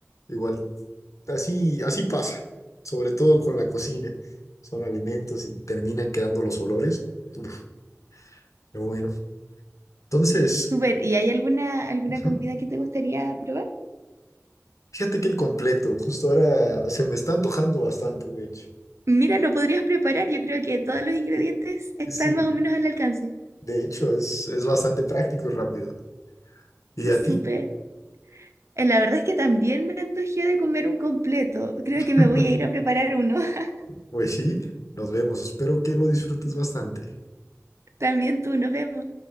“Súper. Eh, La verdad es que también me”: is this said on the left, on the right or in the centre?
Right